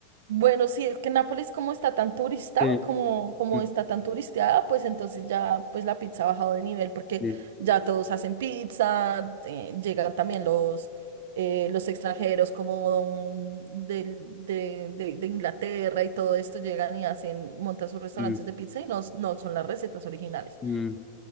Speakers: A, on the right (about 55°); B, on the left (about 15°).
A: Bueno, sí, es que Nápoles como está tan turista,
B: Sí.
A: como, como
B: Mm,
A: está tan turisteada, pues entonces ya pues la pizza ha bajado de nivel porque
B: sí,
A: ya todos hacen pizza, eh, llegan también los, eh, los extranjeros como del- de, de- de Inglaterra y todo esto, llegan y hacen, montan sus restaurantes
B: sí,
A: de pizza y no, no son las recetas originales.
B: mm.